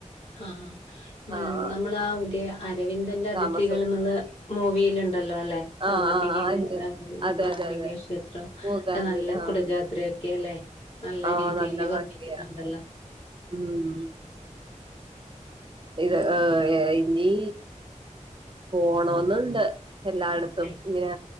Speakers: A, on the left; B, on the right.
A: ആഹ് മ
B: ആഹ്
A: നമ്മളാ മറ്റേ അരവിന്ദന്റെ അതിഥികൾ
B: താമസം
A: എന്നുള്ള മൂവീൽ ഇണ്ടല്ലോല്ലെ സൗവർണ്ണികേന
B: ആഹ് ആഹ് ആഹ് ഉണ്ട്
A: മുഗാംബിക
B: അതെ അതെ അതെ
A: ക്ഷേത്രം
B: മൂകാംബിക
A: ഒക്കെ നല്ല
B: ആഹ്
A: കുടജാദ്രൊക്കെ അല്ലെ നല്ല
B: ആഹ്
A: രീതിൽ
B: നല്ല
A: വർണ്ണിക്കുന്നുണ്ടല്ലോ
B: ഭംഗിയാ ഉം ഇത് ഏ ഹ് ഇനി പോണോന്നുണ്ട് എല്ലായിടത്ത തും
A: ഉം.
B: ഇങ്ങനെ